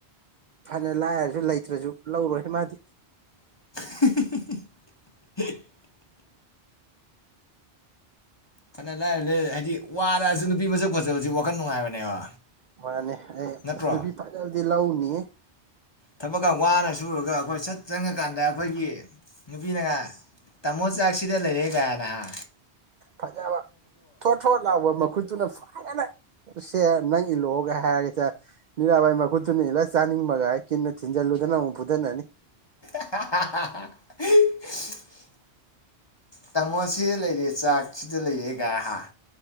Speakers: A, on the right; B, on the left.
A: ꯐꯅ ꯂꯥꯏꯔꯖꯨ ꯂꯩꯇ꯭ꯔꯖꯨ ꯂꯧꯔꯣꯏꯍꯦ ꯃꯥꯗꯤ
B: <unintelligible> ꯐꯅ ꯂꯥꯏꯔ ꯂꯩ ꯍꯥꯏꯗꯤ ꯋꯥꯔꯛꯑꯁꯨ ꯅꯨꯄꯤ ꯃꯁꯛ ꯐꯖꯕꯁꯤ ꯋꯥꯈꯜ ꯅꯨꯡꯉꯥꯏꯕꯅꯦꯕ
A: ꯃꯥꯅꯦ ꯑꯩ
B: ꯅꯠꯇ꯭ꯔꯣ
A: ꯑꯁ ꯅꯨꯄꯤ ꯐꯖꯕꯗꯤ ꯗꯤ ꯂꯧꯅꯤꯍꯦ
B: ꯊꯕꯛꯀ ꯋꯥꯅ ꯁꯨꯔꯨꯔꯒ ꯑꯩꯈꯣꯏ ꯁꯠ ꯆꯪꯉꯀꯥꯟꯗ ꯑꯩꯈꯣꯏꯒꯤ ꯅꯨꯄꯤꯅ ꯒ ꯇꯥꯃꯣ ꯆꯥꯛꯁꯤꯗ ꯂꯩꯔꯦ ꯒꯥꯅ ꯍꯥ
A: ꯐꯖꯕ ꯊꯣꯠ ꯊꯣꯠ ꯂꯥꯎꯕ ꯃꯈꯨꯠꯇꯨꯅ ꯐꯠ ꯑꯁ ꯁꯦ ꯅꯪ ꯏꯜꯂꯛꯑꯣꯒ ꯍꯥꯏꯔꯒ ꯆꯥꯛ ꯃꯤꯔꯥꯕꯥꯏ ꯃꯈꯨꯠꯇꯨꯅ ꯏꯜꯂ ꯆꯥꯅꯤꯡꯕꯒꯥꯌꯦ ꯀꯤꯟꯅ ꯊꯤꯟꯖꯜꯂꯨꯗꯅ ꯑꯃꯨꯛ ꯐꯨꯗꯠꯅꯅꯤ
B: ꯍꯥ ꯍꯥ ꯍꯥ ꯍꯤꯛ ꯇꯥꯃꯣꯁꯤꯗ ꯂꯩꯔꯦ ꯆꯥꯛ ꯁꯤꯗ ꯂꯩꯔꯦ ꯒꯥ ꯍꯥꯥ